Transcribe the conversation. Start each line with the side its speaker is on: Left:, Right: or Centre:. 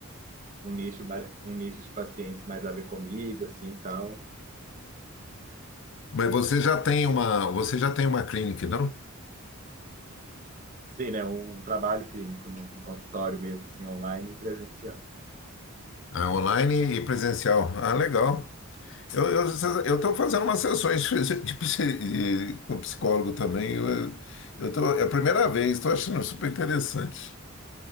Right: um nicho, mais- um nicho de pacientes mais a ver comigo, assim, e tal.
Left: Mas você já tem uma, você já tem uma clínica, não?
Right: Sim, né, um um trabalho clínico no, no consultório mesmo, assim, online e presencial.
Left: Ah, online e presencial. Ah, legal. Eu eu estou fazendo umas sessões <laughs> de psi- de- com psicólogo também. Eu, eu tô, é a primeira vez, estou achando super interessante.